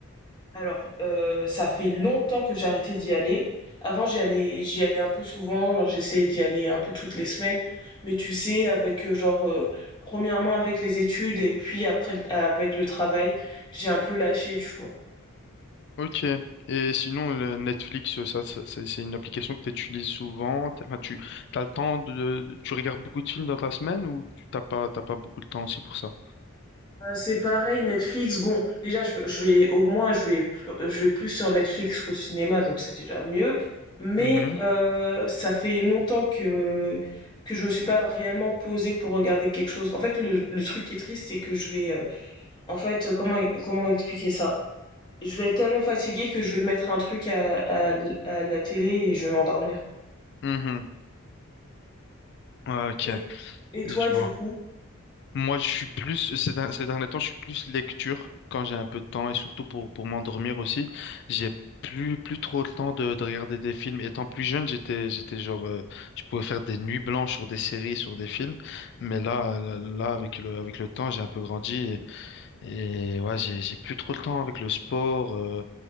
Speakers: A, on the left; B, on the left.
A: Alors, heu, ça fait longtemps que j'ai arrêté d'y aller. Avant, j'y allais j'y allais un peu souvent, genre j'essayais d'y aller un peu toutes les semaines, mais tu sais avec, heu, genre, heu, 1°, avec les études et puis après l avec le travail, j'ai un peu lâché, tu vois?
B: Ok. Et sinon, le Netflix, ça, ça- c'est c'est une application que tu utilises souvent. T'as- Enfin, tu as le temps de, tu regardes beaucoup de films dans ta semaine ou tu t'as pas, t'as pas beaucoup de temps aussi pour ça?
A: Heu, c'est pareil Netflix, bon, déjà je je vais au moins je vais pl je vais plus sur Netflix qu'au cinéma, donc c'est déjà mieux. Mais
B: Mhm.
A: heu, ça fait longtemps que que je me suis pas réellement posée pour regarder quelque chose. En fait, le le truc qui est triste, c'est que je vais, heu, en fait, heu, comment e comment expliquer ça? Je vais être tellement fatiguée que je vais mettre un truc à à à la télé et je vais m'endormir.
B: Mhm. Ah, Ok,
A: Et et
B: je
A: toi, du
B: vois.
A: coup?
B: Moi, je suis plus, ces, der- ces derniers temps, je suis plus lecture quand j'ai un peu de temps et surtout pour, pour m'endormir aussi. J'ai plus, plus trop le temps de, de regarder des films. Étant plus jeune, j'étais, j'étais genre, euh, je pouvais faire des nuits blanches sur des séries, sur des films. Mais là, là, là, avec le, avec le temps, j'ai un peu grandi et, et ouais, j'ai, j'ai plus trop le temps avec le sport, euh,